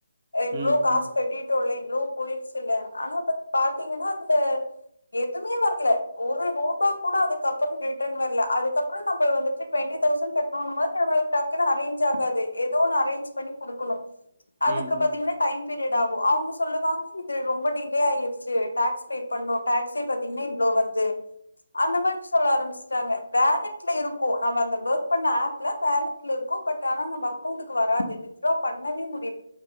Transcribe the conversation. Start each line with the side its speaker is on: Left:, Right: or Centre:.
Left: இவ்ளோ
Right: ம்
Left: காஷ்
Right: ம்
Left: கட்டிட்டோல இவ்ளோ போயிடுச்சுல்ல ஆனா இப்ப பாத்தீங்கனா அதுல எதுவுமே வர்ல ஒரு ரூபா கூட அதுக்கப்புற ரிட்டர்ன் வர்ல அதுக்கப்புற நம்ப வந்துட்டு ட்வெண்டி தௌசண்ட் கட்ணுன்னும்போது அது டக்குனு அரேஞ்ச் ஆகாது ஏதோ ஒன்னு அரேஞ்ச் பண்ணி குடுக்கணு அதுக்கு
Right: ம் ம்
Left: பாத்தீங்கனா டைம் பீரியட் ஆகு அவுங்க சொல்லுவாங்க இது ரொம்ப டிலே ஆயிருச்சு டேக்ஸ் பே பண்ணு டேக்ஸே பாத்தீங்கன்னா இவ்ளோ போ வருது அந்த மாரி சொல்ல ஆரம்பிச்சிட்டாங்க வேலட்ல இருக்கு நம்ம அந்த ஒர்க் பண்ண ஆப்ல வேலட்ல இருக்கு கு பட் ஆனா நம்ம அக்கவுண்டக்கு வராது வித்ட்ரா பண்ணவே முட்